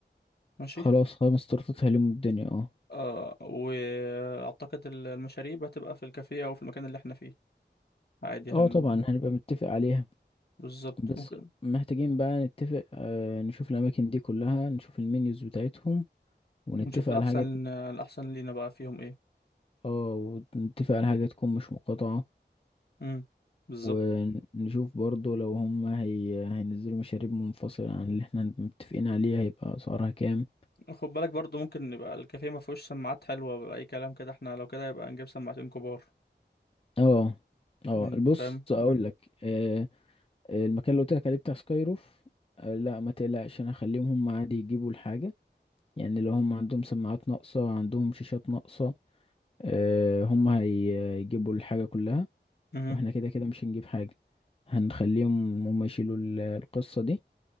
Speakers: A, on the left; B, on the left.
A: ماشي
B: خلاص خمس تورتات هيلموا الدنيا اه
A: اه واعتقد ال- المشاريب هتبقى في الكافيه او في المكان اللي احنا فيه عادي هن
B: اه طبعا هنبقى متفق عليها
A: بالظبط
B: بس
A: ممكن
B: محتاجين بقى نتفق آه نشوف الأماكن دي كلها نشوف المنيوز بتاعتهم ونتفق
A: نشوف الاحسن
B: على حاجة
A: الاحسن لينا بقى فيهم ايه
B: اه ونتفق على حاجة تكون مش مقاطعة
A: امم بالظبط
B: ونشوف برضو لو هم هي... هينزلوا مشاريب منفصلة عن اللي احنا هنبقى متفقين عليها هيبقى أسعارها كام
A: خد بالك برضو ممكن يبقى الكافيه ما فيهوش سماعات حلوه ولا اي كلام كده احنا لو كده يبقى نجيب سماعتين كبار
B: اه اه
A: مم، انت
B: بص
A: فاهم
B: اقول
A: مم.
B: لك آه المكان اللي قلت لك عليه بتاع سكاي روف آه لا ما تقلقش انا هخليهم هم عادي يجيبوا الحاجة يعني لو هم عندهم سماعات ناقصة عندهم شاشات ناقصة آه، هم هيجيبوا الحاجة كلها
A: مم.
B: واحنا كده كده مش هنجيب حاجة هنخليهم هم يشيلوا ال- القصة دي